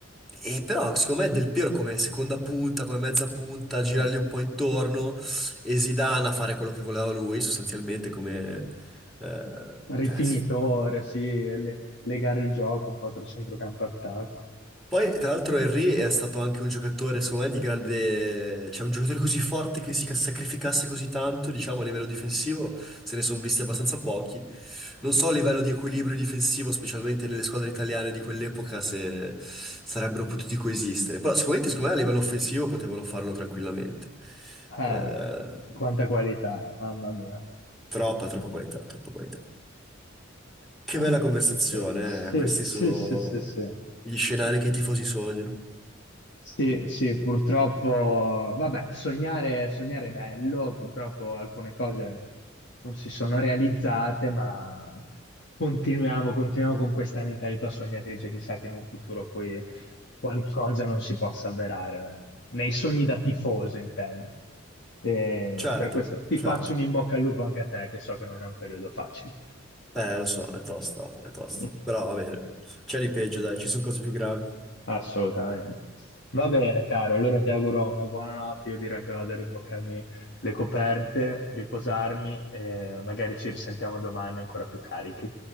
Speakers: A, in the centre; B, on the left (about 65°).
A: e però, secondo me, Del Piero come seconda punta, come mezza punta, girargli
B: Mm.
A: un po' intorno e Zidane a fare quello che voleva lui, sostanzialmente, come... eh,
B: Rifinitore,
A: cioè,
B: sì, e le- legare il gioco un po' tra centrocampo e attacco.
A: Poi, tra l'altro, Henry è stato anche un giocatore, secondo me, di grande... Cioè, un giocatore così forte che si ca- sacrificasse così tanto, diciamo, a livello difensivo, se ne sono visti abbastanza pochi. Non so a livello di equilibrio difensivo, specialmente nelle squadre italiane di quell'epoca, se sarebbero potuti coesistere. Però sicuramente, secondo me, a livello offensivo potevano farlo tranquillamente.
B: Ah,
A: Eh,
B: quanta qualità, mamma mia.
A: troppa, troppa qualità, troppa qualità. Che
B: Eh,
A: bella conversazione,
B: eh, sì,
A: eh. Questi
B: sì,
A: sono
B: sì, sì, sì.
A: gli scenari che i tifosi sognano.
B: Sì, sì, purtroppo, vabbè, sognare, sognare è bello, purtroppo alcune cose non si sono realizzate, ma continuiamo, continuiamo con questa mentalità sognatrice, chissà che in un futuro poi qualcosa non si possa avverare, eh. nei sogni da tifoso intendo. E
A: Certo,
B: per questo ti
A: certo.
B: faccio un in bocca al lupo anche a te, che so che non è un periodo facile.
A: Eh, lo so, è tosta, è tosta.
B: <laughs>
A: Però va bene. C'è di peggio, dai, ci sono cose più gravi.
B: Assolutamente. Va bene, caro. Allora ti auguro una buona notte. Io direi che vado a rimboccarmi le coperte, riposarmi e magari ci risentiamo domani ancora più carichi.